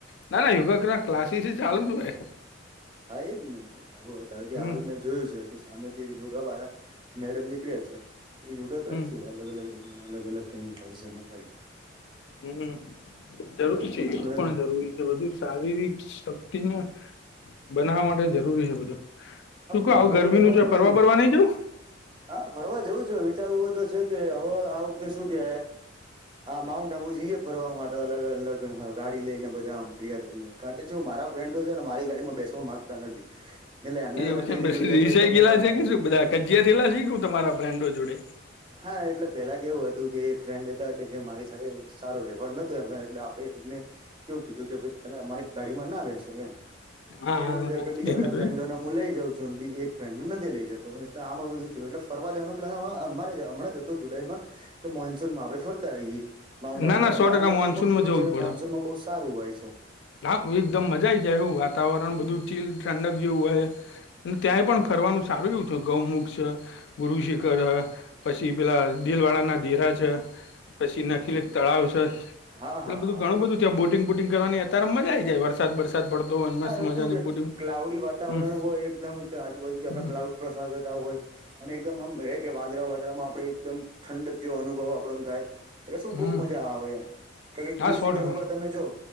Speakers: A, on the left; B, on the right.
A: ના ના યોગા કરવા ક્લાસીસ ચાલુ જ છે
B: હા એજ ને ધારો કે મેં
A: હમ
B: હાલમાં જોયું છે કે સામેથી એક યોગા વાળા મેડમ નીકળ્યા છે એ યોગા
A: હમ
B: કરશે અલગ અલગ રીતના અલગ અલગ થઈને કરશે ને
A: હમ્મ જરૂરી છે એવું
B: હા
A: પણ જરૂરી બધું શારીરિક શક્તિને બનાવવા માટે જરૂરી છે બધું શું કો
B: યોગા
A: આવું ગરમી
B: તો કરવા
A: નું ચોય
B: જ પડે
A: ફરવા
B: ને
A: બરવા નઈ જવું
B: હા ફરવા જવું છે વિચારવું હોય તો છે કે હવે આ વખતે શું કે આ માઉન્ટ આબુ જઈ એ ફરવા માટે અલગ અલગ ગાડી લઈ ને બધા આમ પ્રિયા થઈને કારણ કે ચેઉ હ મારા ફ્રેન્ડો છે ને મારી ગાડીમાં બેસવા માંગતા નથી એટલે એમને
A: એવું
B: તમે કહી દીધું
A: છે
B: કે
A: ઈસાઈલા
B: ભાઈ તમે તમારા
A: છે કે શું બધા કજયા થયેલા છે કે શું તમારા ફ્રેન્ડો જોડે
B: હા એટલે પેલા કેવું હતું કે એક ફ્રેન્ડ હતા કે જે મારી સાથે સારો વ્યવહાર નતો એમ એટલે આપડે એમને કેવું કીધું કે તમે અમારી ગાડીમાં ના બેસો એમ
A: હા
B: પછી
A: હા
B: એવું છે
A: હા
B: કે બીજા
A: એવું
B: બધા
A: હતું
B: ફ્રેન્ડો ન હું લઈ જાઉં છું બીજી એક ફ્રેન્ડને નથી લઈ જ એટલે આમ બધું એટલે ફરવા જવાનો પ્લાન આમા અ હમણાં જ તો જુલાઈ માં કે મોન્સૂનમાં આપડે ફરતા આવીએ માઉન્ટ આબુ
A: ના ના સો
B: માઉન્ટ
A: ટકા
B: આબુમાં
A: મોનસૂનમાં
B: કેવું
A: જવું
B: છે
A: જ પડે
B: મોન્સૂનમાં બઉ સારું હોય છે.
A: હા એકદમ મજા આઈ જાય હું બધું ચીલા ઠંડક જેવું હોય ત્યાંય પણ ફરવાનું સારું એવું છે ગૌમુખ છે. ગુરુ શિખર હ પછી પેલા દિલ વાળ ના દેરા છે પછી ન એટલે તળાવ છે એટલે
B: હા હા
A: બધું
B: હા
A: ઘણું બધું ત્યાં બોટિંગ બોટિંગ કરવાની અત્યારે મજા આ આવી જાય વરસાદ બરસાદ સાદ પડતો હોય મસ્ત
B: હાચું
A: મજાની
B: કે
A: બોટિંગ
B: ક્લાઉડી વાતાવરણ
A: હમ
B: હોય એકદમ કે આજુબાજુથી આપડે
A: હમ
B: ક્લાઉડ પ પ્રસાર થતા હોય અને એકદમ આમ ભએ કે વાદરા વાદરામાં આપડે એકદમ ઠંડક જેવો અનુભવ આપણ ન થાય. એટલે શું
A: હમ
B: બહું મજા આવે કે કશું
A: હા
B: ગુરુ
A: સો
B: શિખર
A: ટકા
B: ઉપર તમે જો